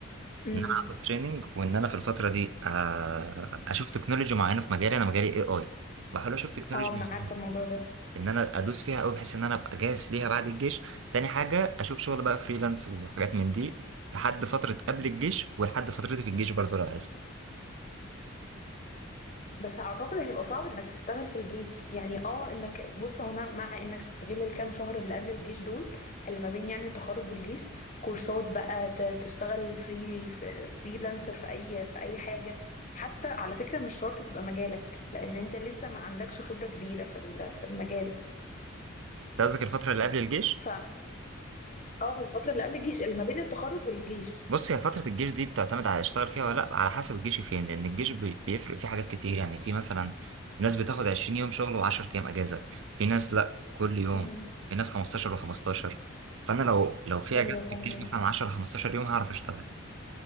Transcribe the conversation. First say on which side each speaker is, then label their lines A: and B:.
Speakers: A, on the left; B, on the right.
A: امم
B: ان انا اخد تريننج وان انا في الفتره دي آه، اشوف تكنولوجي معينه في مجالي انا مجالي اي اي بحاول اشوف تكنولوجي
A: اه انا
B: معينه
A: عارفه الموضوع ده
B: ان انا ادوس فيها قوي بحيث ان انا ابقى جاهز ليها بعد الجيش تاني حاجه اشوف شغل بقى فريلانس وحاجات من دي لحد فتره قبل الجيش ولحد فترتي في الجيش برضو لو عرفت
A: بس اعتقد هيبقى صعب انك تشتغل في الجيش يعني اه انك بص هنا مع انك تستغل الكام شهر اللي قبل الجيش دول اللي ما بين يعني التخرج والجيش كورسات بقى ت- تشتغل فري فريلانسر في اي في اي حاجة حتى على فكرة مش شرط تبقى مجالك لان انت لسه ما عندكش خبرة كبيرة في ال- في المجال
B: أنت قصدك الفتره اللي قبل الجيش
A: ف اه الفترة اللي قبل الجيش اللي ما بين التخرج والجيش
B: بص هي فترة الجيش دي بتعتمد على اشتغل فيها ولا لأ على حسب الجيش فين لأن الجيش بي- بيفرق فيه حاجات كتير يعني في مثلا ناس بتاخد 20 يوم شغل و10 أيام أجازة في ناس لأ كل يوم
A: مم.
B: في ناس 15 و15 فأنا لو لو في
A: ايوه
B: أجازة
A: فهمك
B: في الجيش مثلا 10 15 يوم هعرف أشتغل